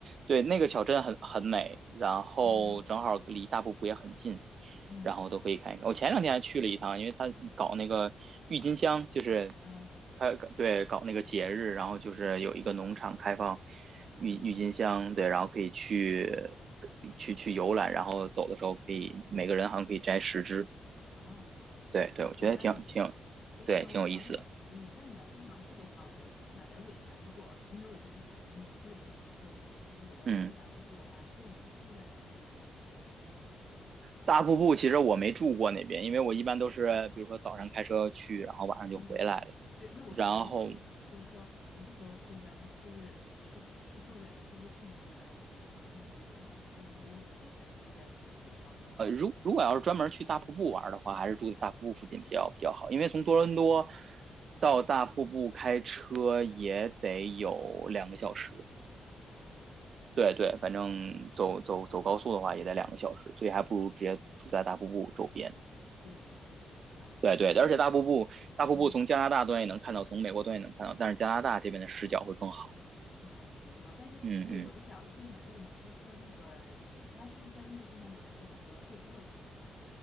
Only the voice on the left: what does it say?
嗯嗯
啊，OK
啊
哦，
不错，
那是谁？哎，
那我想问你，那你要经常去的话，我就想了解一下，如果因为我们从那个魁北克那边过去嘛，那如果要是去大瀑布的话，
你建议我们住在哪儿比较好？
嗯，对，那我我意思就是说，
不是说住在，就是是是住在离瀑布近一些，还是比如说住在多伦多附近，还是住在哪儿比较方便？
哦，
住在大瀑布是吧？
哎，
那嗯，
更好一些是吧？但是对我就想，
我就想问，就是说那个呃他是在那个地方有一个海关可以过去是吗